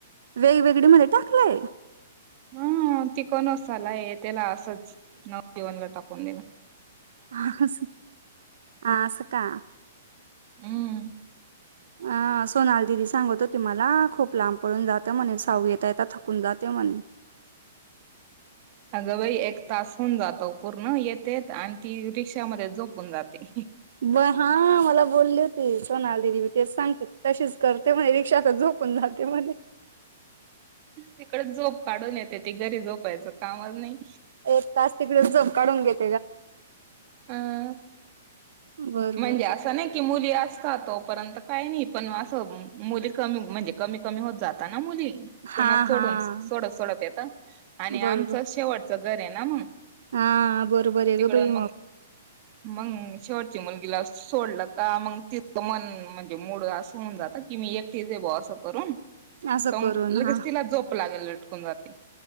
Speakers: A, on the right; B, on the right.
A: वेगवेगळी मध्ये टाकलाय
B: हा तिकनोला त्याला असंच नवजीवनला टाकून दिलं
A: ह आ अस का
B: हम्म.
A: अह सोनाल दिदी सांगत हो त मला खूप लांब पळून जातं म्हणे साऊ येता यता थकून जाते म्हणे रीकामा आहे
B: अगं बाई एक तास होन जातो पूर्ण येतेत आणि ती रिक्षामध्ये <unintelligible> <unintelligible> <unintelligible> झोपून जाते
A: ब हा मला बोलली होती सोनाल दिदी म ते सांगते तशीच करते म्ह पक्षता झोपून जाते म्हणे
B: तिकडे झोप काढून येते ती घरी झोपायचं काम नाही
A: एक तास तिकडे झोप काढून घेतो
B: अ
A: बरोबर
B: म्हणजे असं नाही कि मुली त तोपर्यंत काही नाही पण असं मुली कमी म्हणजे कमी कमी होत जाता ना मुली
A: हा
B: सोडून
A: हा.
B: सोडत सोडत येत आणि
A: बरोबर
B: आमचं शेवटचं घर आहे ना मग
A: हा बरोबर आहे
B: तिकडून
A: ग बाई
B: मग मंग छवट गला सोडला का मग ति मन म्हणजे मूड अस होन जात की मी एकटे दे ब असं करून
A: असं
B: तरग
A: करून
B: लगेच
A: हा
B: तिला जोप लागेल लटकून जाते